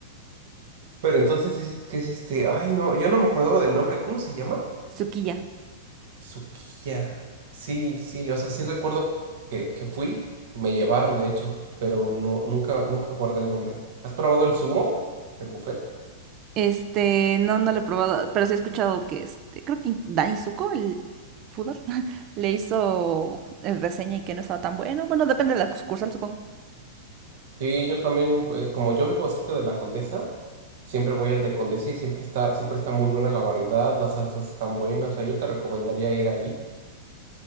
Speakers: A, on the right (about 60°); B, on the right (about 40°).
A: Pero entonces dices que es este, ay no, yo no me acordaba del nombre, ¿cómo se llama?
B: Sukiya.
A: Sukiya. Sí, sí, o sea, sí recuerdo que, que fui, me llevaron de hecho, pero no, nunca, nunca guardé el nombre. ¿Has probado el sumo? El buffet.
B: Este, no, no lo he probado, pero sí he escuchado que este, creo que Dani Zuko, el Fudor, <laughs> le hizo eh, reseña y que no estaba tan bueno. Bueno, depende de la sucursal, supongo.
A: Sí, yo también, eh, como yo vivo cerca de la Condesa, siempre voy al de Condesa y siempre está, siempre está muy buena la variedad, las salsas están buenas, o sea, yo te recomendaría ir ahí.